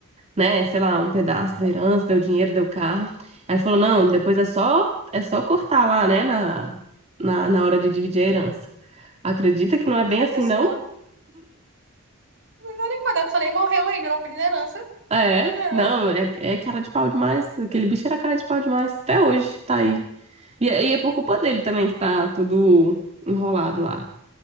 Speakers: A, on the right; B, on the right.
A: né, sei lá, um pedaço da herança, deu dinheiro, deu carro, aí falou, não, depois é só, é só cortar lá, né, na, na, na hora de dividir a herança. Acredita que não é
B: Poxa,
A: bem assim,
B: a pessoa.
A: não?
B: Misericórdia, a pessoa nem morreu ainda, não pediu herança.
A: É,
B: Não.
A: não, é, é cara de pau demais, aquele bicho era cara de pau demais, até hoje, tá aí. E, é, e é por culpa dele também que tá tudo enrolado lá.